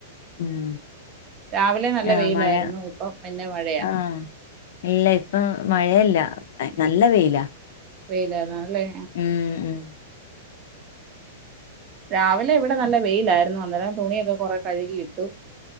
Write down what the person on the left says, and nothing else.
ഉം
ആ,
മഴ
ആ ഇല്ല ഇപ്പം മഴയല്ല നല്ല വെയ്ലാ.
ഏഹ്